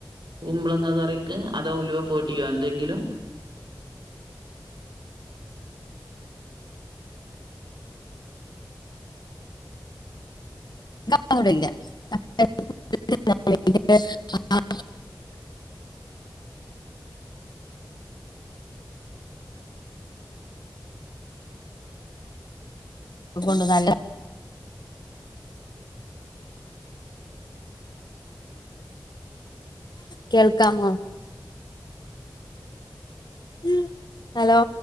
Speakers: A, on the right; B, on the left.
A: കുമ്പളങ്ങ കറിക്ക് അതോ ഉലുവ പൊടിയോ എന്തെങ്കിലും?
B: <unintelligible> കൊണ്ടുവന്നായിട്ട്. കേൾക്കാമോ? ഉം ഹലോ